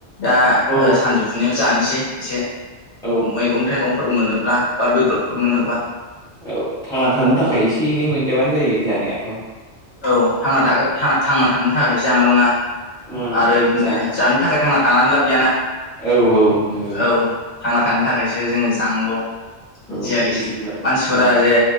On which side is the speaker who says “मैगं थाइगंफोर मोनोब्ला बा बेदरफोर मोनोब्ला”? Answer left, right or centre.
Left